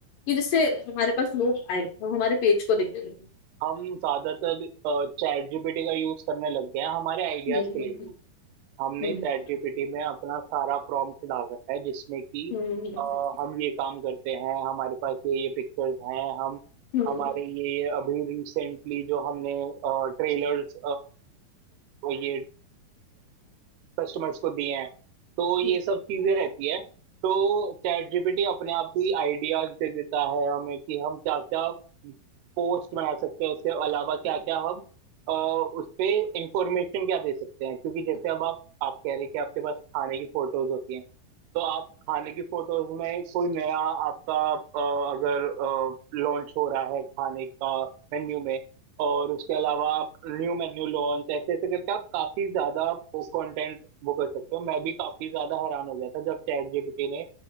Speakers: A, on the left (about 65°); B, on the right (about 80°).
A: कि जिससे हमारे पास लोग आए वो हमारे पेज को देखें
B: हम ज्यादातर चैट जीपीटी का यूज करने लग गए हैं हमारे आइडियाज
A: हम्म
B: के लिए
A: हम्म
B: भी हमने
A: हम्म
B: चैट जीपीटी में अपना सारा प्रॉम्प्ट डाल रखा है जिसमें कि
A: हम्म हम्म हम्म
B: अ, हम ये काम करते हैं हमारे पास ये ये पिक्चर्स हैं हम
A: हम्म,
B: हमारे ये ये अभी रिसेंटली जो हमने ट्रेलर्स ये कस्टमर्स को दिए हैं तो ये
A: हम्म,
B: सब चीजें रहती है तो चैट जीपीटी अपने आप ही आइडियाज दे देता है हमें कि हम क्या क्या पोस्ट बना सकते हैं उसके अलावा क्या
A: हम्म,
B: क्या हम अ, उस पे इंफॉर्मेशन क्या दे सकते हैं क्योंकि जैसे
A: हम्म,
B: अब आप आप कह रहे हैं कि आपके पास खाने की फोटोज होती हैं तो आप खाने की फोटोज में कोई नया आपका अ, अगर लॉन्च हो रहा है खाने का मेन्यू में और उसके अलावा आप न्यू मेन्यू लॉन्च ऐसे ऐसे करके आप काफी ज्यादा कंटेंट वो कर सकते हो मैं भी काफी ज्यादा हैरान हो गया था जब चैट जीपीटी ने